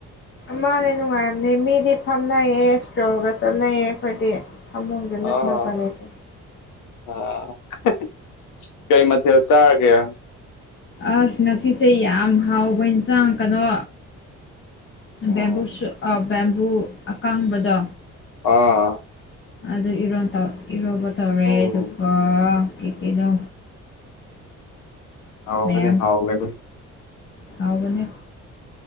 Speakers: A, on the left (about 40°); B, on the left (about 85°).
A: ꯃꯥꯅꯦ ꯅꯨꯡꯉꯥꯏꯔꯝꯅꯦ ꯃꯤꯗꯤ ꯐꯝꯅꯩꯌꯦ ꯏꯁꯇ꯭ꯔꯣꯜꯒ ꯆꯠꯅꯩꯌꯦ ꯑꯩꯈꯣꯏꯗꯤ ꯐꯝꯃꯨꯡꯗ
B: ꯑꯥ
A: ꯅꯠꯇꯅ ꯎꯄꯥꯏ ꯂꯩꯇꯦ꯫
B: ꯑꯥ <unintelligible> ꯀꯩ ꯃꯊꯦꯜ ꯆꯥꯔꯒꯦ꯫
A: ꯑꯁ ꯉꯁꯤꯁꯦ ꯌꯥꯝ ꯍꯥꯎꯕ ꯏꯟꯁꯥꯡ ꯀꯩꯅꯣ
B: ꯎꯝ
A: ꯕꯦꯝꯕꯨꯁꯨ ꯑ ꯕꯦꯝꯕꯨ ꯑꯀꯥꯡꯕꯗꯣ꯫
B: ꯑꯥ꯫
A: ꯑꯗꯨ ꯏꯔꯣꯟ ꯇꯧ ꯏꯔꯣꯝꯕ ꯇꯧꯔꯦ
B: ꯎꯝ
A: ꯑꯗꯨꯒ ꯀꯩ ꯀꯩꯅꯣ
B: ꯍꯥꯎꯒꯅꯤ-ꯍꯥꯎꯒꯅꯤ꯫
A: ꯃꯌꯥꯝ ꯍꯥꯎꯕꯅꯦ꯫